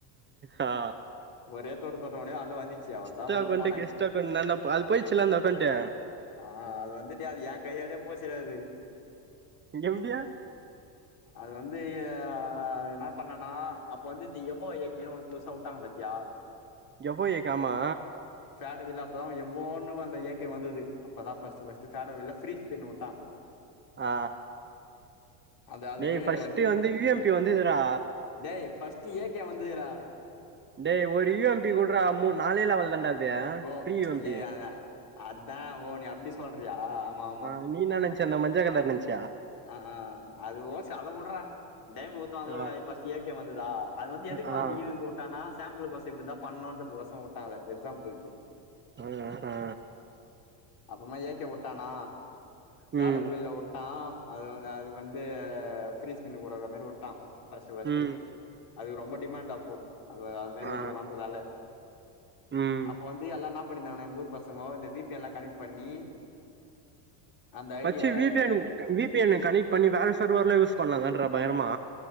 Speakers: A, on the right; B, on the left.
A: ஆ
B: ஒரே தொட்டு தொட்ட ஒனே அத வந்துச்சு அவ்ளோ தா
A: ட்ரா
B: உள்ள
A: அக்கோண்டு
B: போனே
A: கெஸ்ட் அக்கோண்டுன ந அது போயிர்ச்சுல அந்த அக்கோண்டு
B: ஆ அது வந்துட்டு அது ஏ கையாலே போச்சிடா அது
A: எப்டி
B: அது வந்து ஆ என்ன பண்ணனா அப்போ வந்து இது எவ்வோ எக்குன்னு ஒன்னு புதுசா வுட்டாங்க பாத்தியா
A: எவ்வோ எக்கு ஆமா
B: சாடுவில அப்பதா எவ்வோன்னு அந்த எக்கு வந்துது அப்பதா ஃபஸ்ட்டு ஃபஸ்ட்டு சாடுவில ஃப்ரீ ஷிப்பிங் உட்டா
A: ஆ
B: அந்த அதுக்கு
A: டேய் ஃபஸ்டு
B: ஃப்ரீ
A: வந்து வி எம் பி வந்துதுறா
B: டேய் ஃபஸ்ட்டு ஏ கே வந்துதுறா
A: டே ஒரு இ எம் பி குட்றா மூ நாலே லெவல் தான்டா அது
B: ஓக்
A: ஃப்ரீ யூ எம்
B: இலே
A: பி
B: அத அதா ஓ நீ அப்டி சொல்றியா ஆமா ஆமா
A: ஆ நீ என்ன நெனச்ச அந்த மஞ்ச கலர் நெனச்
B: ஆ ஆ அது ஓஸ்சு அத வுட்றா டைம் ஒர்த்த வந்துட்
A: ஆ
B: பஸ்ட் ஏ கே வந்துதா அது வந்து எதுக்கு
A: ஆ ஆ
B: ஒன் ஏ வந்து வுட்டானா சாம்புளுக்கு ஓசோ இப்டி தா பண்ணுன்றதுக் ஒசோ வுட்டா எக்ஸாம்புள்கு
A: ஆ ஆ
B: அப்றமா ஏ கே வுட்டானா சேடல்
A: ம்
B: வெல் ட்டா அது வந் அதுக்கு வந்து ஃபிரீஸ் பண்ணி கொடற மாரி உட்டா ஃபஸ்ட்டு ஃபஸ்ட்டு
A: ம்
B: அதுக் ரொம்ப டிமாண்ட் அப்போ அது அது மாரி
A: ஆ
B: ஒரு வந்ததால
A: ம்
B: அப்ப வந்து எல்லா ன்னா பண்ணிருந்தாங்னா எங்க ஊர் பசங்கோ இந்த வீபி என்லா கனெக்ட் பண்ணி அந்த
A: மச்சி
B: ஐடிய
A: V P N <inaudible> V P N connect பண்ணி வேற சர்வர்லா யூஸ் பண்ணலாதான்ற பயங்கரமா